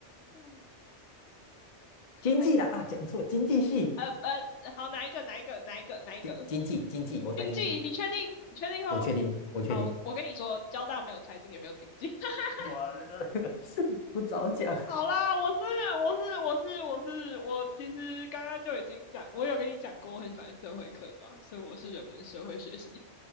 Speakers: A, on the left; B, on the left.
A: <laughs>
B: 经济啦啊，
A: 还
B: 讲错，经济系，
A: 呃呃，好，哪一个哪一个哪一个哪一个？
B: 经经济经济，我猜经济，
A: 经济，你确定？你确定哦？
B: 我确定，我确定，
A: 好，我我跟你说，交大没有财经，也没有经济。<laughs>
B: 哇，<laughs> 不早讲，
A: 好啦，我是我是我是我是我，其实刚刚就已经讲，我有跟你讲过，我很喜欢社会课嘛，所以我是人文社会学习。